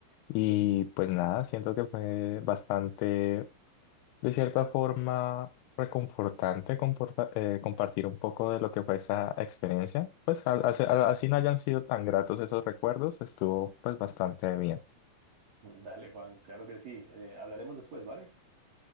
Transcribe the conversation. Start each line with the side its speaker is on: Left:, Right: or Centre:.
Left: Y pues nada, siento que fue bastante de cierta forma reconfortante comporta- eh, compartir un poco de lo que fue esa experiencia. Pues al- al- al- así no hayan sido tan gratos esos recuerdos, estuvo pues bastante bien.
Right: Dale, Juan, claro que sí. Eh, hablaremos después, ¿vale?